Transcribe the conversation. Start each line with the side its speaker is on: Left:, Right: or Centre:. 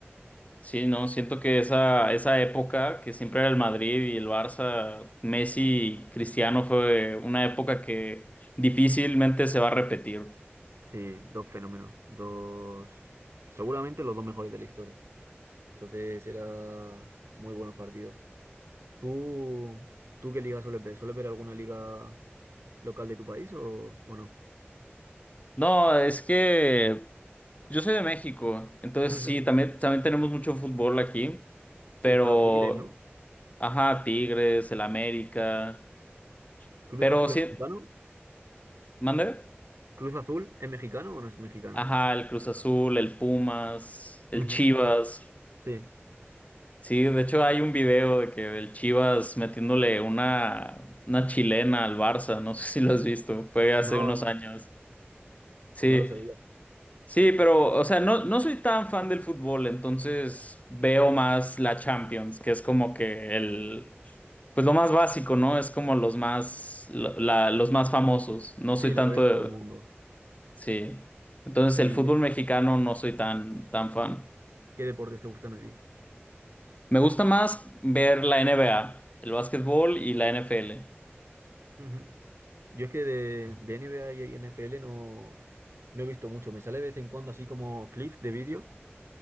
Left: sí, no, siento que esa, esa época que siempre era el Madrid y el Barça, Messi y Cristiano fue una época que difícilmente se va a repetir.
Right: Sí, dos fenómenos, dos, seguramente los dos mejores de la historia. Entonces, eran muy buenos partidos. ¿Tú, tú qué liga sueles ver? ¿Sueles ver alguna liga local de tu país o, o no?
Left: No, es que yo soy de México, entonces
Right: Ujú.
Left: sí, también, también tenemos mucho fútbol aquí,
Right: Sí,
Left: pero,
Right: está Tigres, ¿no?
Left: ajá, Tigres, el América,
Right: Cruz
Left: pero
Right: Azul
Left: sí,
Right: es mexicano.
Left: ¿mande?
Right: ¿Cruz Azul es mexicano o no es mexicano?
Left: Ajá, el Cruz Azul, el Pumas, el
Right: Ujú.
Left: Chivas.
Right: Sí.
Left: Sí, de hecho hay un video de que del Chivas metiéndole una, una chilena al Barça, no sé si lo has visto, fue hace
Right: No,
Left: unos
Right: no,
Left: años. Sí,
Right: no lo sabía.
Left: Sí, pero, o sea, no, no soy tan fan del fútbol, entonces veo más la Champions, que es como que el, pues lo más básico, ¿no? Es como los más, lo- la- los más famosos. No soy
Right: Sí,
Left: tanto
Right: lo que ve
Left: de,
Right: todo el mundo.
Left: sí. Entonces
Right: ¿Y
Left: el fútbol
Right: qué,
Left: mexicano no soy tan, tan fan.
Right: qué deportes te gustan a ti?
Left: Me gusta más ver la NBA, el básquetbol y la NFL.
Right: Ujú. Yo es que de, de NBA y NFL no, no he visto mucho. Me sale de vez en cuando así como clips de vídeos